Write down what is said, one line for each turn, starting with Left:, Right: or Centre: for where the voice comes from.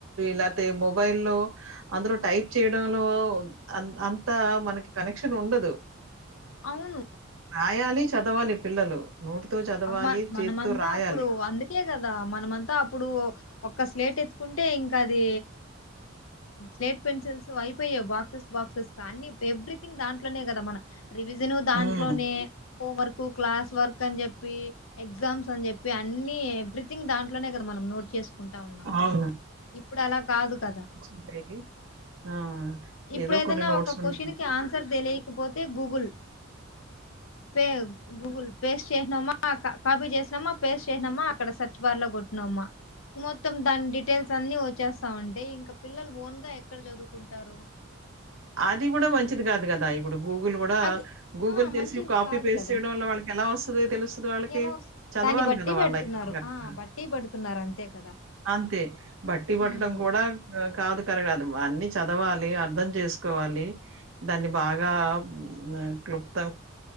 Right: లేపోతే మొబైల్ లో అందులో టైప్ చేయడంలో అ అంతా మనకి కనెక్షన్ ఉండదు
Left: అవును
Right: రాయాలి చదవాలి పిల్లలు నోటితో చదవాలి
Left: అమ్మ మనమంతా
Right: చేతితో రాయాలి
Left: అప్పుడు అందుకే కదా మనమంతా అప్పుడు ఒక్క స్లేట్ ఎత్తుకుంటే ఇంకా అది స్లేట్ పెన్సిల్స్ అయిపపోయేవ్ బాక్ <unintelligible> బాక్సెస్ అ ఎవ్రీథింగ్ దాంట్లోనే కదా మన రివిజన్ దాంట్లోనే
Right: ఉమ్
Left: హోం వర్క్ క్లాస్ వర్క్ అని చెప్ ప్పి ఎగ్జామ్స్ అని చెప్పి అన్ని ఎవ్రీథింగ్ దాంట్లోనే కదా మనం నోట్ చేస్ కుంటా ఉన్నాము
Right: అవును.
Left: ఇప్పుడు అలా కాదు కదా
Right: ఉంటాయి. ఆ!
Left: ఇప్పుడు
Right: ఏదో
Left: ఏదన్నా
Right: కొన్ని నోట్స్
Left: ఒక
Right: ఉంటాయి.
Left: క్యూషన్ కి ఆన్సర్ తెలియక పోతే గూగుల్ పే గూగుల్ పేస్ట్ చేసినామా ఆ కాపీ చేసినమా పేస్ట్ చేసినమా అక్కడ సెర్చ్ బార్ లో కొట్టినమా మొత్తం దాని డిటేల్స్ అన్ని వచేస్తావుంటాయి ఇంకా పిల్లలు ఓన్ గా ఎక్కడ చదువుకుంటారు
Right: అది కూడా మంచిది కాదు కదా ఇపుడ్ ఇప్పుడు గూగుల్ కూడా
Left: అది
Right: గూగుల్
Left: ఆ
Right: తెసి
Left: మంచిది
Right: కాపీ
Left: కాదు
Right: పేస్ట్
Left: కదా
Right: చేయడం లో వాళ్ళకి ఎలా వస్తుంది. తెలుస్తుంది వాళ్ళకి
Left: ఎలా వస్
Right: చదవాలి
Left: దాన్ని బట్టి
Right: గదా! వాళ్ళయితే
Left: పెడుతున్నారు
Right: గనక.
Left: ఆ బట్టి బడుతున్నారు అంతే కదా
Right: అంతే బట్టి పట్టడం
Left: ఉమ్
Right: కూడా కాదు కరగాదు అన్ని చదవాలి అర్థం చేసుకోవాలి దాన్ని బాగా మ్ క్లుప్త